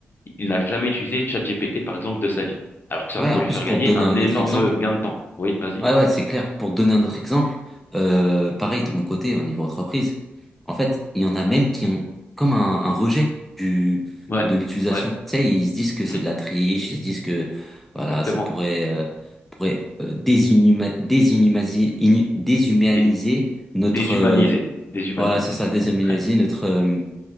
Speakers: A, on the left (about 50°); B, in the centre.
A: il n'a jamais utilisé ChatGPT, par exemple, de sa vie. Alors que ça
B: ouais.
A: pourrait
B: En plus,
A: lui faire
B: pour
A: gagner
B: te donner
A: un
B: un
A: énorme
B: autre exemple.
A: gain de temps. Oui, vas-y.
B: Ouais, ouais, c'est clair. Pour donner un autre exemple, euh, pareil de mon côté, au niveau entreprise, en fait, il y en a même qui ont comme un, un rejet du,
A: Ouais,
B: de l'utilisation.
A: ouais,
B: Tu sais, ils se disent que c'est
A: mm,
B: de la triche, ils se disent que voilà,
A: exactement.
B: ça pourrait, euh, pourrait euh, désinuma, désinumasi- inu- déshumaniser
A: Dé-
B: notre...
A: déshumanisé.
B: euh,
A: Déshumanisé,
B: voilà, c'est ça,
A: oui.
B: déshumaniser
A: <laughs>
B: notre... euh,